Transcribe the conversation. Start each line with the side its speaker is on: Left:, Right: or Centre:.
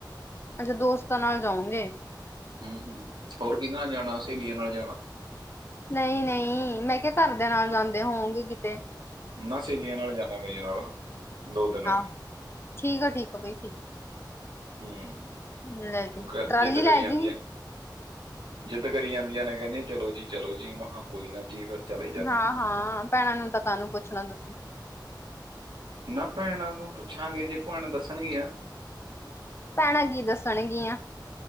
Left: ਅੱਛਾ, ਦੋਸਤਾਂ ਨਾਲ ਜਾਓਂਗੇ।
Right: ਹੂਂ ਹੂੰ, ਹੋਰ ਕਿਦੇ ਨਾਲ ਜਾਣਾ ਸਹੇਲੀਆਂ ਨਾਲ ਜਾਣਾ।
Left: ਨਈ ਨਈ, ਮੈਂ ਕਿਹਾ ਘਰ ਦੇਆਂ ਨਾਲ ਜਾਂਦੇ ਹੋਂਗੇ ਕਿਤੇ।
Right: ਨਾ ਸਹੇਲੀਆਂ ਨਾਲ ਜਾਂਨਾ ਮੇਰੇ ਨਾਲ, ਦੋ ਤਿੰਨ ਨੇ।
Left: ਆਹ ਠੀਕ ਠੀਕ ਆ ਬਈ, ਠੀਕ।
Right: ਹਮ,
Left: ਲੈ ਜੀ
Right: ਉਹ
Left: ਟਰਾਲੀ
Right: ਜਿੱਦ ਕਰੀ
Left: ਲੈ
Right: ਜਾਂਦੀਐ।
Left: ਜੀ
Right: ਜਿੱਦ ਕਰੀ ਜਾਂਦੀਆਂ ਨੇ ਕਹਿੰਦੀ ਚਲੋ ਜੀ ਚਲੋ ਜੀ, ਮੈ ਖੈ ਕੋਈ ਨਾ ਜੀ ਫਿਰ ਚਲੇ ਜਾਂਦੇ
Left: ਹਾਂ ਹਾਂ, ਭੈਣਾਂ ਨੂੰ ਤਾਂ ਕਾਹ ਨੂੰ ਪੁੱਛਣਾ ਤੁਸੀਂ?
Right: ਨਾ ਭੈਣਾਂ ਨੂੰ ਪੁੱਛਾਂਗੇ, ਜੇ ਭੈਣ ਦੱਸਣਗੀਆਂ।
Left: ਭੈਣਾਂ ਕੀ ਦੱਸਣਗੀਆਂ?